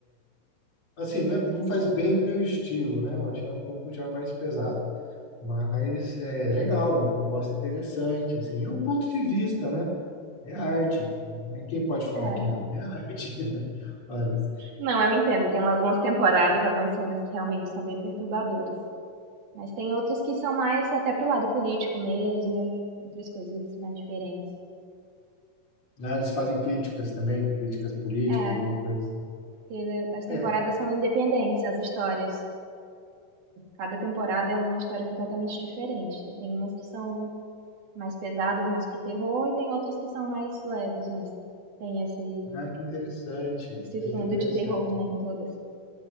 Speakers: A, on the left; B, on the right.
A: Assim, não, é- não faz bem o meu estilo, né? Eu achei um pouco já mais pesado. Mas é legal, uma proposta interessante, assim. É um ponto de vista, né? É arte. né? Quem pode falar
B: é.
A: que não? É arte. <laughs> Olha, eles
B: Não, eu entendo. Tem algumas temporadas, algumas cenas que realmente são bem perturbadoras. Mas tem outras que são mais até pro lado político mesmo, outras coisas mais diferentes.
A: ah, eles fazem críticas também, críticas políticas,
B: É,
A: alguma coisa assim.
B: porque as temporadas
A: É,
B: são independentes, as histórias. Cada temporada é uma história completamente diferente. Aí tem umas que são mais pesadas, mais pro terror, e tem outras que são mais leves, mas tem esse,
A: ah, que interessante,
B: esse
A: que
B: fundo
A: interessante.
B: de terror, né, em todas.